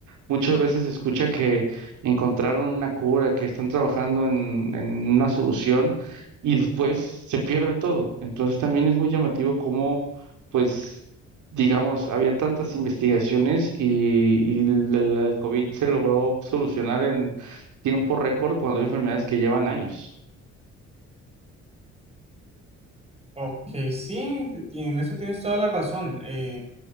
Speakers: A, on the right (about 80°); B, on the right (about 20°).
A: muchas veces se escucha que encontraron una cura, que están trabajando en, en una solución y después se pierde todo. Entonces, también es muy llamativo cómo, pues, digamos, había tantas investigaciones y, y el el COVID se logró solucionar tiempo récord cuando hay enfermedades que llevan años.
B: Ok, sí, en eso tienes toda la razón. Eh,